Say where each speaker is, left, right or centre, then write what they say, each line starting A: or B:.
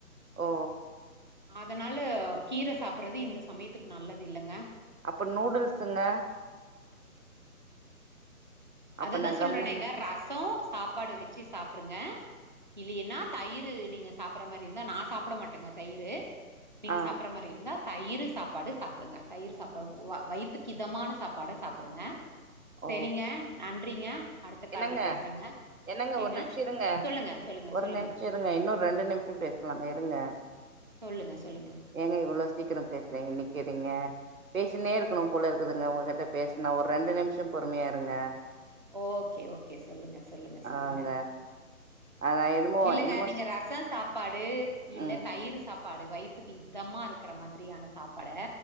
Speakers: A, on the right; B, on the right.
A: ஓ
B: அதனால கீர சாப்பறது இந்த சமயத்துக்கு நல்லது இல்லங்க
A: அப்ப நூடுல்ஸுங்க அப்ப
B: அததான்
A: நா
B: சொல்றேனேங்க
A: கம்முன்னு
B: ரசம் சாப்பாடு வச்சு சாப் புடுங்க இல்லையன்னா தயிர் நீங்க சாப்படுற மாரி இருந்தா நான் சாப்ட மாட்டேங்க தயிரு நீங்க
A: ஆ
B: சாப்பற மாரி இருந்தா தயிர் சாப்பாடு சாப்பிடுங்க தயிர் சாப்பாடு வயித்துக்கு இதமான சாப்பாட சாப்புடுங்க
A: ஓ
B: செரிங்க நன்றிங்க அடுத்த கால்ல
A: என்னங்க
B: பேசுறேங்க
A: என்னங்க ஒரு
B: ஏங்க
A: நிம்ஷோ இருங்க
B: சொல்லுங்க சொல்லுங்க
A: ஒரு
B: சொல்லுங்க
A: நிம்ஷோ இருங்க இன்னொரு ரெண்டு நிமிஷோ பேசலாங்க இருங்க
B: சொல்லுங்க சொல்லுங்க
A: ஏங்க இவ்வோல சீக்கிரம் பேசுறேங்க நிக்கிறீ க பேசினே இருக்கணு போல இருக்குதுங்க உங்ககிட்ட பேசனா ஒரு ரெண்டு நிமிஷோ பொறுமையா இருங்க
B: ஓகே ஓகே சொல்லுங்க சொல்லுங்க சொல்லுங்க
A: ஆங்க ஆ என்னமோ
B: இல்லங்க
A: என்னமோ
B: நீங்க
A: சொ
B: ரசம் சாப்பாடு இல்ல
A: ம்
B: தயிர் சாப் சாப்பாடு வயிறத்துக்கு இத்தமா இருக்கிற மாதிரியான சாப்பாட